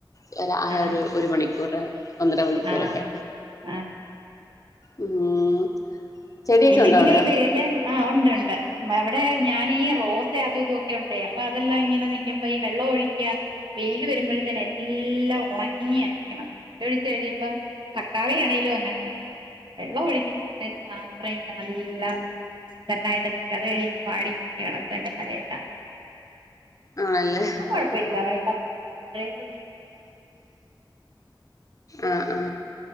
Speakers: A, on the left; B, on the right.
A: <unintelligible> എര ആ
B: ആഹ്
A: ഒരു ഒരു മണിക്കൂറ് ഒന്നര മണിക്കൂറൊക്കെ
B: ആഹ് ആഹ്
A: ഉം ചെടിയൊക്കെ
B: ഇല്ലങ്കില്
A: ഉണ്ടോ അവിടെ
B: ഇ വെയില് ആ ഉണ്ട് ഉണ്ട് അവിടെ ഞാൻ ഈ റോസേ അത് ഇത് ഒക്കെ ഉണ്ടേ അപ്പൊ അതല്ലാം ഇങ്ങനെ നിക്കുമ്പോ ഈ വെള്ളം ഒഴിക്കാത്ത വെയില് വരുമ്പയ് തന്നേ എല്ലാം ഉണങ്ങിയാ നിക്ക്ണത് ഒഴിച്ച് കഴിയുമ്പം തക്കാളിയാണങ്കിലും അങ്ങനെ തന്ന വെള്ളം ഒഴിക്കുന്ന സമയത്ത് മാ ത്ര ഇങ്ങനെ നല്ല സുന്ദരനായിട്ട് നിക്കന്നേ വാടി കടക്കും എന്റെ തലേല
A: ആണല്ലേ
B: ഇപ്പോ കൊഴപ്പയില്ല വെള്ളം വെയിലത്ത്‌ നിക്ക്ണത്
A: ആ ആ